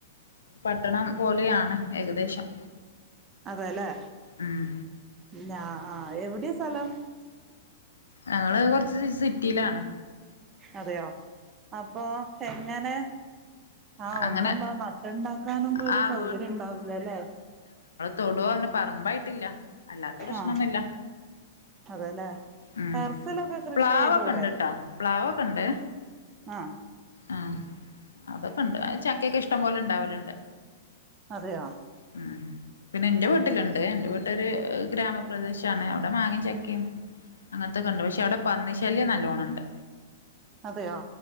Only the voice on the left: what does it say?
പട്ടണം പോലെയാണ് ഏകദേശം
ഉം
ഞങ്ങള് കൊർച്ച് സ് സിറ്റിയിലാണ്.
അങ്ങനെ
ആഹ്
തൊടോ പറമ്പായിട്ടില്ല അല്ലാത്ത പ്രശ്നമൊന്നുല്ല
മഉം
പ്ലാവൊക്കെ
ണ്ട്ട്ടാ പ്ലാവൊക്കെണ്ടേ
ആഹ് അതൊക്കെണ്ട് അത് ചക്കേക്ക ഇഷ് ടം പോലണ്ടാവല്ണ്ട്
ഉം പിന്നെ ഇന്റെ
വീട്ടില്ണ്ട് ഇന്റെ വീട്ടാര് ഗ്രാമപ്രദേശ തന്നെ അവിടെ മാങ്ങി ചക്കിം അങ്ങൻത്തൊക്കെണ്ട് പക്ഷേ അവടെ പന്നി ശ് ല്യം നല്ലോണണ്ട്